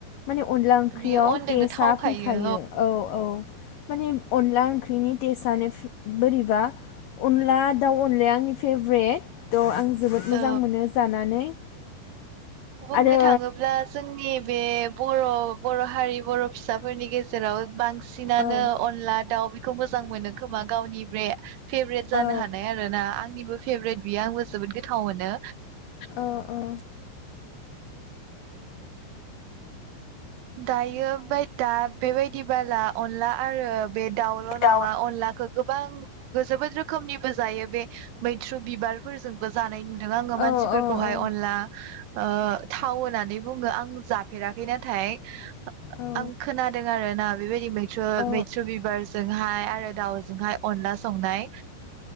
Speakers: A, on the left; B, on the right.
A: माने अनला ओंख्रियाव
B: बियो अनजोंनो
A: टेसआ
B: थावखायो
A: फैखायो। औ औ माने अनला ओंख्रिनि टेस्टनो बोरैबा अनला दाउ अनलाया आंनि फेभ्रेट। थ आं जोबोद मोजां
B: औ
A: मोनो जानानै।
B: बुंनो
A: आरो
B: थाङोब्ला जोंनि बे बर' बर' हारि बर' फिसाफोरनि गेजेराव बांसिनानो
A: औ
B: अनला दाउ खौ मोजां मोनो खोमा गावनि बे फेभरेट जानो
A: औ
B: हानाय आरो ना आंनि आनिबो फेभरेट बियो आंबो जोबोद गोथाव मोनो।
A: औ औ
B: दायो बाय दा बेबायदि बाला अनला आरो बे दाउल नङा
A: दाउ
B: अनलाखौ गोबां जोबोद रोखोमनिबो जायो। बे मै थ्रु बिबारफोरजोंबो जानाय नु नो आङो मानसिफोरखौहाय
A: औ औ औ
B: अनला ओ थाव होननानै बुङो। आं जाफेराखै नाथाय
A: औ
B: आं खोनादों आरो ना बेबायदि मैथ्रु
A: औ
B: मैथ्रु बिबारजोंहाय आरो आरो दाउजोंहाय अनला संनाय